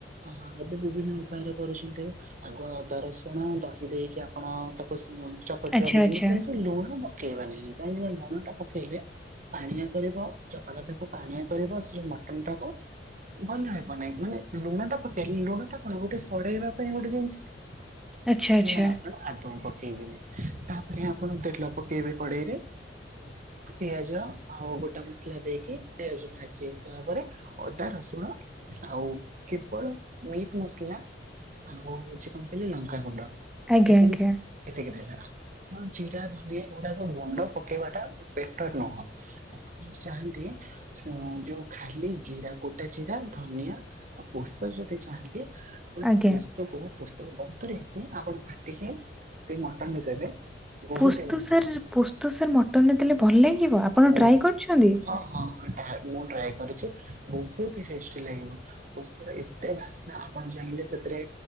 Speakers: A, on the right (about 45°); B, in the centre.
A: ଓ ହଁ। ଏବେ ବିଭିନ୍ନ ଉପାୟରେ କରୁଛନ୍ତି। ଆଗୁଆ ଅଦା ରସୁଣ ଦହି ଦେଇକି ଆପଣ ତାକୁ ଚକଟି
B: ଆଚ୍ଛା
A: <unintelligible>
B: ଆଚ୍ଛା
A: କିନ୍ତୁ ଲୁଣ ପ ପକେଇବାନି। କାହିଁକି ନା ଲୁଣ ଟା ପକେଇଲେ ପାଣିଆ କରିବ ଚକଟା ଟାକୁ ପାଣିଆ କରିବ ସେ ମଟନ ଟାକୁ ଭଲ ହେବନାହିଁ। ମାନେ ଲୁଣ ଟା ପକେଇଲେ ଲୁଣ ଟା କଣ ଗୋଟେ ସଢେଇବା ପାଇଁ ଗୋଟେ ଜିନିଷ।
B: ଆଚ୍ଛା ଆଚ୍ଛା
A: ଲୁଣ ଆପଣ ଆଦୌ ପକେଇବେନି। ତାପରେ ଆପଣ ତେଲ ପକେଇବେ କଡେଇରେ। ପିଆଜ ଆଉ ଗୋଟା ମସଲା ଦେଇକି ପିଆଜ ଭାଜିିବା ହେଇସାରିଲା ପରେ ଅଦା ରସୁଣ ଆଉ କେବଳ ମିଟ୍ ମସଲା ଆଉ ହଉଚି କଣ କହିଲେ ଲଙ୍କାଗୁଣ୍ଡ,
B: ଆଜ୍ଞା
A: ଏତିକି
B: ଆଜ୍ଞା
A: ଏତିକି ଦେଇଦେବା। ହଁ ଜିରା ଧ ଗୁଡାକ ଗୁଣ୍ଡ ପକେଇବା ଟା ବେଟର ନୁହଁ। ଆପଣ ଯଦି ଚାହାନ୍ତି ଯୋଉ ଖାଲି ଜିରା ଗୋଟା ଜିରା ଧନିଆ ଆ ପୋସ୍ତ ଯଦି ଚାହାନ୍ତି ଆପଣ
B: ଆଜ୍ଞା
A: ସେ ପୋସ୍ତ କୁ ପୋସ୍ତ କୁ ବତୁରେଇକି ଆପଣ ବାଟିକି ସେଇ ମଟନ୍ ରେ ଦେବେ ବହୁତ
B: ପୋସ୍ତ
A: ବଢିଆ
B: ସାର୍
A: ଲାଗେ
B: ପୋସ୍ତ ସାର୍ ମଟନ୍ ରେ ଦେଲେ ଭଲ ଲାଗିବ। ଆପଣ
A: ବହୁତ
B: ଟ୍ରାଏ କରିଛନ୍ତି।
A: ହଁ ହଁ ହଁ ଟ୍ରାଏ ମୁଁ ଟ୍ରାଏ କରିଚି, ବହୁତି ଟେଷ୍ଟି ଲାଗିବ। ପୋସ୍ତ ର ଏତେ ବାସ୍ନା ଆପଣ ଚାହିଁଲେ ସେଥିରେ